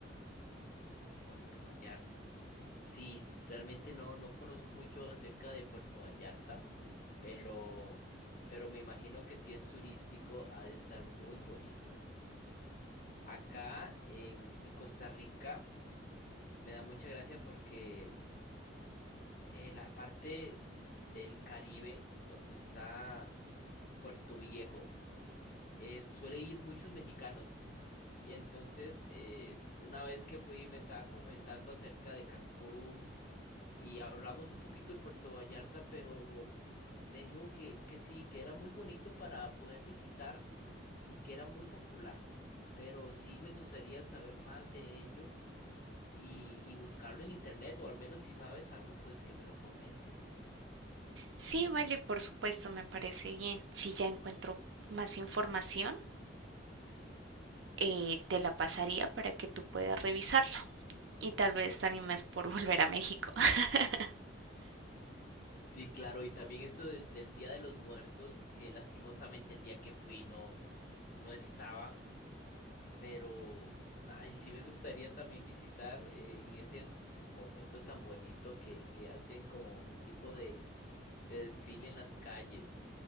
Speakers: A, on the left; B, on the right.
A: Puerto Vallarta. Sí, realmente no, no conozco mucho acerca de Puerto Vallarta, pero, pero me imagino que si es turístico ha de estar muy bonito. Acá en, en Costa Rica me da mucha gracia porque eh, la parte del Caribe, donde está Puerto Viejo, eh, suele ir muchos mexicanos. Y entonces, eh, una vez que fui, me estaba comentando acerca de Cancún y hablamos un poquito de Puerto Vallarta, pero me dijo que, que sí, que era muy bonito para poder visitar y que era muy popular. Pero sí me gustaría saber más de ello y, y buscarlo en internet, o al menos si sabes algo, pues que me lo comentes.
B: Sí, vale, por supuesto, me parece bien. Si ya encuentro más información, eh, te la pasaría para que tú puedas revisarla y tal vez te animes por <laughs> volver a México. <laughs>
A: Sí, claro, y también esto del, del Día de los Muertos, que lastimosamente el día que fui no, no estaba, pero ay, sí me gustaría también visitar eh, en ese momento tan bonito que, que hacen como un tipo de, de desfile en las calles.